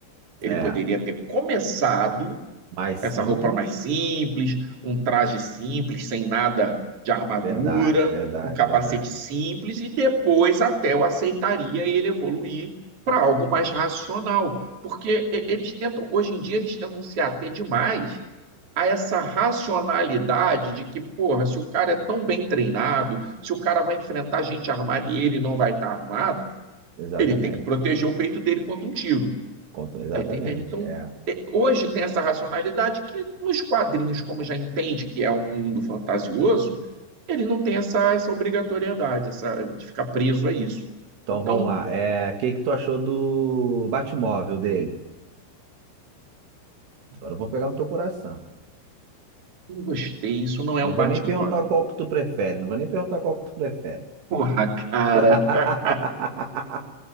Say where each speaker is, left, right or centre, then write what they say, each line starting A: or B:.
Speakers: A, on the right; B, on the right.
A: ele
B: é.
A: poderia ter começado
B: Mais
A: essa
B: simples.
A: roupa mais simples, um traje simples, sem nada de armadura,
B: Verdade, verdade,
A: um capacete
B: verdade.
A: simples, e depois até eu aceitaria ele evoluir para algo mais
B: É,
A: racional. Porque eles tentam, hoje em dia, eles tentam se ater demais a essa racionalidade de que, porra, se o cara é tão bem treinado, se o cara vai enfrentar gente armada e ele não vai estar tá armado,
B: exatamente.
A: ele tem que proteger o peito dele contra um tiro.
B: Contou exatamente,
A: Tá entendendo? Então,
B: é.
A: é, hoje tem essa racionalidade que nos quadrinhos, como já entende que é um mundo fantasioso, ele não tem essa, essa obrigatoriedade, essa, de ficar preso a isso.
B: Então
A: Então,
B: vamos lá. É, o que que tu achou do Batmóvel dele? Agora eu vou pegar no teu coração.
A: não gostei, isso não é
B: Não
A: um
B: vou
A: Batmóvel.
B: nem perguntar qual que tu prefere. Não vou nem perguntar qual que tu prefere.
A: Porra, cara.
B: <laughs>
A: <laughs>